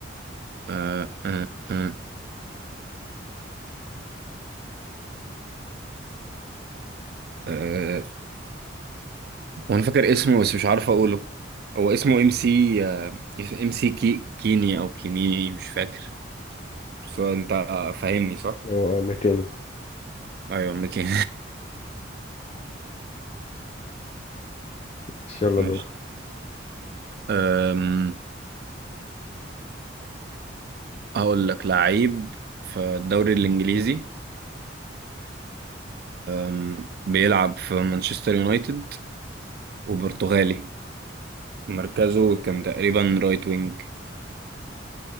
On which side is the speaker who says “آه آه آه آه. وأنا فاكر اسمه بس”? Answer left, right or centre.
Right